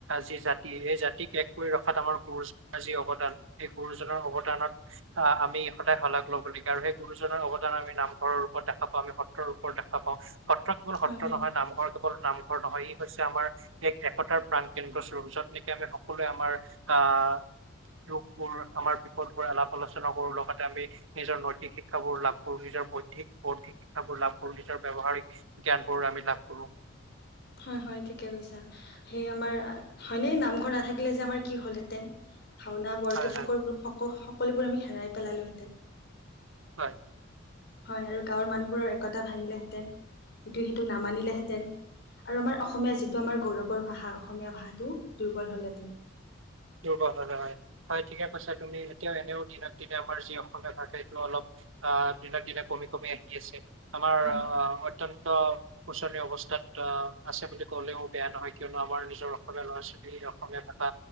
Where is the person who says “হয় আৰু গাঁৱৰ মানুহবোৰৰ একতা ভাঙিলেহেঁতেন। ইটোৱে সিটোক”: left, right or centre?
Left